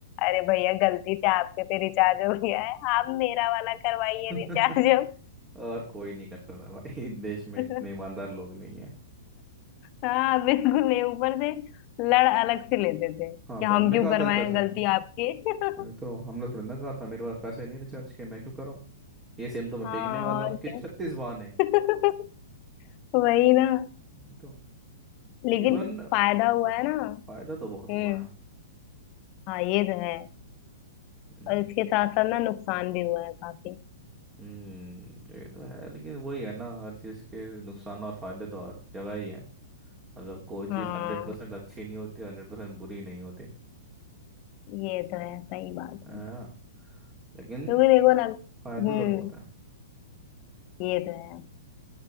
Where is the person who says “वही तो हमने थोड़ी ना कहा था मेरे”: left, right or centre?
Right